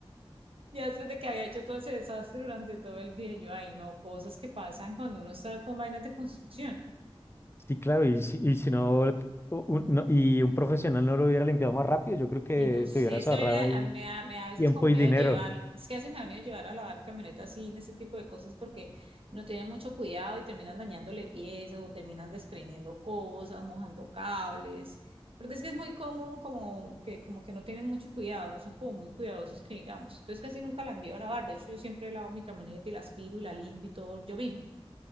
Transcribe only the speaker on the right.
Ya después de que había hecho todo ese desastre durante todo el día, yo, ay, no, cosas que pasan cuando uno está con vainas de construcción.
Ay, no sé,
es que
a mí me da,
a mí me da, me da a veces
como miedo
llevar, es que a veces me da miedo llevar a lavar camionetas así en ese tipo de cosas porque no tienen mucho cuidado y terminan dañándole piezas o terminan desprendiendo cosas, mojando cables, porque es que es muy común como que, como que no tienen mucho cuidado, no son como muy cuidadosos que digamos. Entonces casi nunca la envío a lavar, de hecho yo siempre lavo mi camioneta y la aspiro y la limpio y todo yo misma.